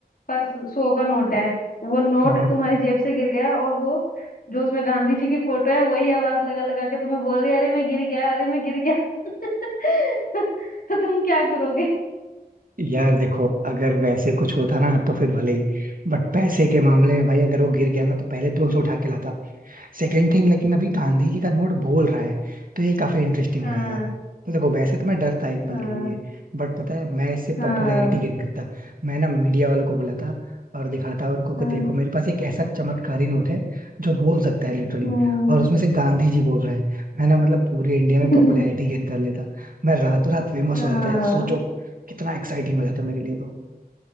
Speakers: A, on the left; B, on the right.
A: पास सौ का नोट है वो नोट
B: हाँ
A: तुम्हारी जेब से गिर गया और वो जो उसमें गांधी जी की फोटो है वही आवाज लगा लगा के तुम्हें बोल रही है, अरे मैं गिर गया अरे मैं गिर गया <laughs> तो, तो तुम क्या करोगे
B: यार देखो अगर वैसे कुछ होता ना तो फिर भले ही बट पैसे के मामले में भाई अगर वो गिर गया ना तो पहले तो मैं उसे उठा के लाता सेकंड थिंग लेकिन अभी गांधी
A: <laughs>
B: जी का नोट बोल रहा है तो ये काफी इंटरेस्टिंग
A: हाँ
B: हो जाता तो देखो वैसे तो मैं डरता एक
A: हाँ
B: पल के लिए बट पता है मैं इससे
A: हाँ
B: पॉपुलैरिटी गेन करता मैं ना मीडिया वालों को बुलाता और दिखाता उनको को
A: हाँ
B: देखो मेरे पास एक ऐसा चमत्कारी नोट है जो बोल सकता है लिटरली
A: हम्म,
B: और उसमें से गांधी जी बोल रहे हैं मैं ना मतलब पूरे इंडिया में
A: <laughs>
B: पॉपुलैरिटी गेन कर लेता मैं रातों रात फेमस
A: हाँ
B: हो जाता यार सोचो कितना एक्साइटिंग हो जाता मेरे लिए तो